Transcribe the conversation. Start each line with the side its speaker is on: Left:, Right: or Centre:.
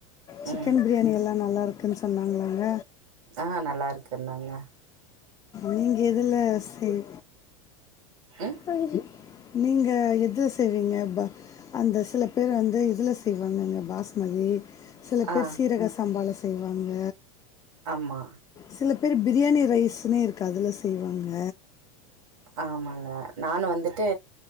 Left: சிக்கன்
Right: ம்
Left: பிரியாணி எல்லா நல்லாருக்குன்னு சொன்னாங்களாங்க
Right: அ நல்லா இருக்குன்னாங்க
Left: நீங்க எதுல செய்
Right: ம்
Left: பஹ நீங்க எதுல செய்வீங்க ப அந்த சில பேர் வந்து இதுல செய்வாங்குங்க பாஸ்மதி சில பேர்
Right: ஆ
Left: சீரக சாம்பால செய்வாங்க
Right: ஆமா
Left: சில பேர் பிரியாணி ரைஸ்னே இருக்கு அதுல செய்வாங்க
Right: ஆமாங்க நானு வந்துட்டு